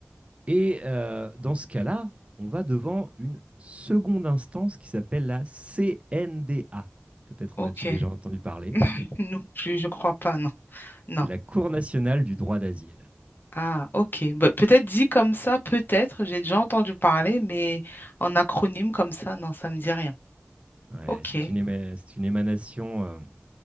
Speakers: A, on the right; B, on the left.
A: Et euh, dans ce cas-là, on va devant une seconde instance qui s'appelle la CNDA. Peut-être
B: Ok.
A: en as-tu déjà entendu parler.
B: <laughs> Non plus, je crois pas, non. Non.
A: C'est la Cour nationale du droit d'asile.
B: Ah, ok. Bah, peut-être dit comme ça, peut-être, j'ai déjà entendu parler, mais en acronyme comme ça, non, ça me dit rien.
A: Ouais,
B: Ok.
A: c'est une, éma- c'est une émanation